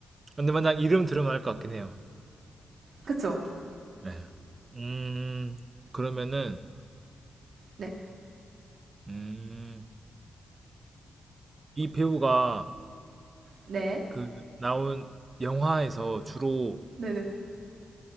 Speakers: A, on the right; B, on the right.
A: 근데 만약 이름 들으면 알 것 같긴 해요.
B: 그쵸?
A: 네. 음, 그러면은,
B: 네,
A: 음, 이 배우가
B: 네.
A: 그 나온 영화에서 주로
B: 네네.